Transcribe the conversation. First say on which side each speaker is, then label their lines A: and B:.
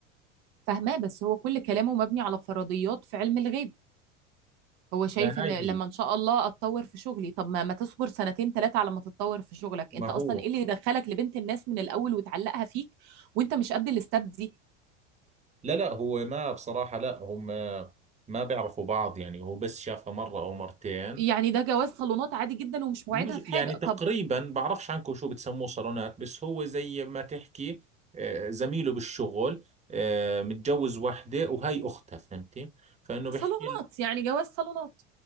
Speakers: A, on the right; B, on the right.
A: فاهماه بس هو كل كلامه مبني على فرضيات في علم الغيب هو شايف
B: ما
A: ان
B: هاي
A: لما
B: هي
A: ان شاء الله اتطور في شغلي طب ما ما تصبر سنتين ثلاثه على ما تتطور في شغلك
B: ما
A: انت
B: هو
A: اصلا ايه اللي يدخلك لبنت الناس من الاول وتعلقها فيك وانت مش قد الاستاب دي
B: لا لا هو ما بصراحة لا هم ما بيعرفوا بعض يعني هو بس شافها مرة أو مرتين
A: يعني ده جواز صالونات عادي جدا ومش موعدها
B: مش
A: في
B: يعني
A: حاجة
B: تقريبا
A: طب
B: بعرفش عنكم شو بتسموه صالونات بس هو زي ما تحكي آه، زميله بالشغل آه، متجوز وحدة وهي أختها فهمتي فإنه بيحكي
A: صالونات
B: له
A: يعني جواز صالونات